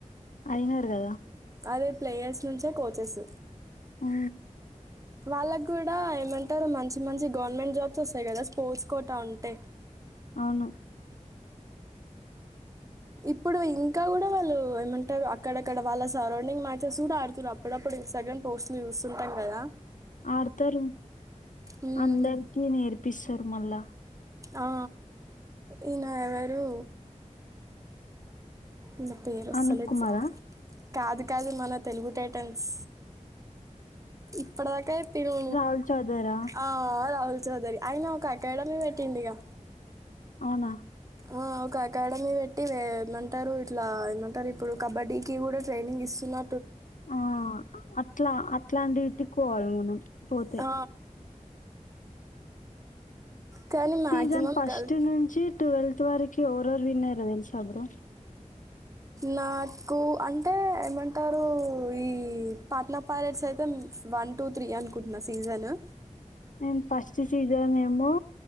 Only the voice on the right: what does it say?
అదే ప్లేయర్స్ నుంచే కోచెస్
వాళ్ళకి కూడా ఏమంటారు మంచి మంచి గవర్నమెంట్ జాబ్స్ వస్తాయి కదా స్పోర్ట్స్ కోట ఉంటే
ఇప్పుడు ఇంకా కూడా వాళ్ళు ఏమంటారు అక్కడక్కడ వాళ్ళ సరౌండింగ్ మ్యాచెస్ కూడా ఆడుతుర్రు అప్పుడప్పుడు ఇస్టా్రామ్ పోస్ట్లు చూస్తుంటాం కదా
మ్మ్.
ఆ ఈయన ఎవరు ఈయన పేరోస్తాలెద్
స్ కాదు కాదు మన తెలుగు టైటన్స్ ఇప్పటిదాకా తిను
ఆ రాహుల్ చౌదరి అయిన ఒక అకాడమీ పెట్టిండు గా
ఆ ఒక అకాడమీ పెట్టి వే ఏమంటారు ఇట్లా ఏమంటారు ఇప్పుడు కబడ్డీకి కూడా ట్రైనింగ్ ఇస్తున్నా
ఆ కానీ
మ్యాక్సిమం
గర్ల్
నాకు అంటే ఏమంటారు ఈ పాట్న ప్యారెట్స్ అయితే వన్ టూ త్రీ అనుకుంటున్నా సీజను